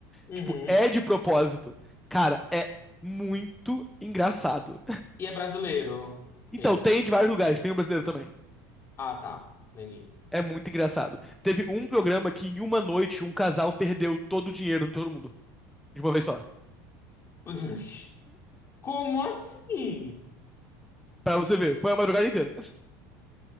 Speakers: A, on the left; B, in the centre.
A: Uhum.
B: Tipo, é de propósito. Cara, é muito engraçado.
A: E é brasileiro,
B: Então,
A: ele.
B: tem de vários lugares, tem o brasileiro também.
A: Ah, tá. Entendi.
B: É muito engraçado. Teve um programa que em uma noite um casal perdeu todo o dinheiro de todo mundo, de uma vez só.
A: <gasps> Como assim?
B: Pra você ver, foi a madrugada inteira.